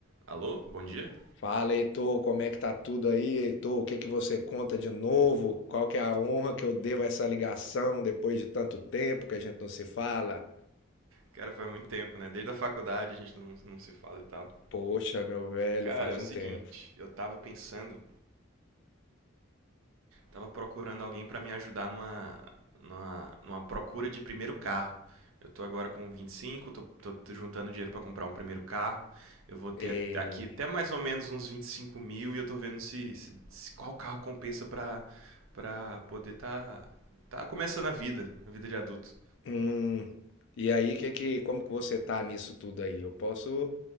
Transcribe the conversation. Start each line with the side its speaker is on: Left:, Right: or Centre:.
Right: Alô, bom dia?
Left: Fala, Heitor, como é que tá tudo aí, Heitor? O que que você conta de novo? Qual que é a honra que eu devo a essa ligação depois de tanto tempo que a gente não se fala?
Right: Cara, faz muito tempo, né? Desde a faculdade a gente não, não se fala e tal.
Left: Poxa, meu velho,
Right: Cara,
Left: faz
Right: é o
Left: um
Right: seguinte,
Left: tempo.
Right: eu tava pensando, tava procurando alguém pra me ajudar numa, numa, numa procura de primeiro carro. Eu tô agora com 25, tô, tô, tô juntando dinheiro pra comprar um primeiro carro. Eu vou ter
Left: É,
Right: até- aqui até mais ou menos uns 25 mil e eu tô vendo se, se- se qual carro compensa pra, pra poder tá, tá começando a vida, a vida de adulto.
Left: hum, E aí, que que, como que você tá nisso tudo aí? Eu posso